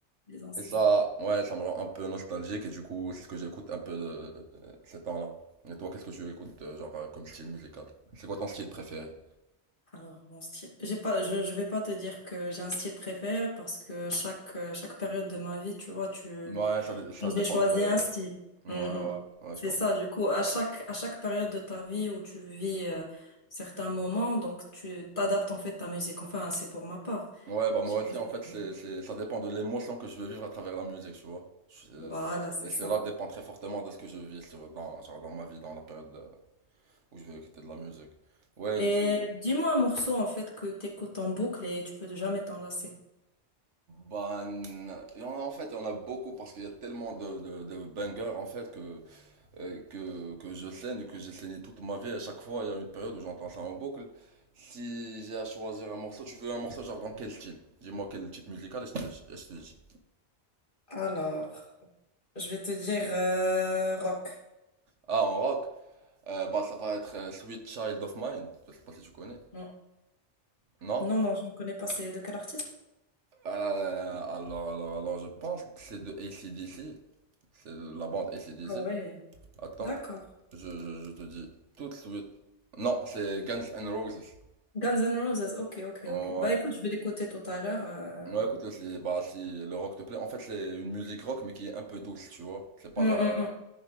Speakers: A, on the left; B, on the right.
A: <laughs> les anciennes.
B: Et ça, ouais, ça me rend un peu nostalgique et du coup, c'est ce que j'écoute un peu de, euh, ces temps-là. Et toi, qu'est-ce que tu écoutes euh, genre euh, comme style musical? C'est quoi ton style préféré?
A: Alors, mon style, j'ai pas, je, je vais pas te dire que j'ai un style préféré parce que chaque, euh, chaque période de ma vie, tu vois, tu,
B: Ouais, ça, dé- ça
A: J'ai
B: dépend
A: choisi
B: des périodes.
A: un style.
B: Ouais,
A: Mhm.
B: ouais, ouais,
A: C'est
B: je comprends.
A: ça, du coup, à chaque, à chaque période de ta vie où tu vis euh, certains moments, donc tu t'adaptes en fait ta musique. Enfin, c'est pour ma part.
B: Ouais, bah moi
A: Je sais pas
B: aussi,
A: si-
B: en fait, c'est, c'est, ça dépend de l'émotion que je veux vivre à travers la musique, tu vois. Je- euh,
A: Voilà, c'est
B: et cela
A: ça.
B: dépend très fortement de ce que je vis sur, dans, genre dans ma vie, dans la période euh, où je veux écouter de la musique. Ouais,
A: Et
B: du coup,
A: dis-moi un morceau en fait que t'écoutes en boucle et tu peux jamais t'en lasser.
B: bah, n- il y en a, en fait, il y en a beaucoup parce qu'il y a tellement de, de, de bangers, en fait, que euh, que, que je scène et que j'ai saigné toute ma vie. À chaque fois, il y a une période où j'entends ça en boucle. Si j'ai à choisir un morceau, tu veux un morceau genre dans quel style? Dis-moi quel type musical et je te, et je te dis.
A: Alors, je vais te dire euh, rock.
B: Ah, en rock, euh, bah ça va être euh, Sweet Child of Mine. Je sais pas si tu connais.
A: Non,
B: Non?
A: non, non, je ne connais pas. C'est de quel artiste?
B: Euh, alors, alors, alors, je pense que c'est de AC/DC. C'est de la bande AC/DC.
A: Ah ouais,
B: Attends,
A: d'accord.
B: je, je, je te dis tout de suite. Non, c'est Guns N' Roses.
A: Guns N' Roses. Ok, ok,
B: Ouais,
A: ok. Bah écoute, je vais l'écouter tout à l'heure. euh.
B: Ouais, écoute, le- c'est- bah, si le rock te plaît, en fait, c'est une musique rock, mais qui est un peu douce, tu vois. C'est pas
A: Mm,
B: genre
A: mm, mm.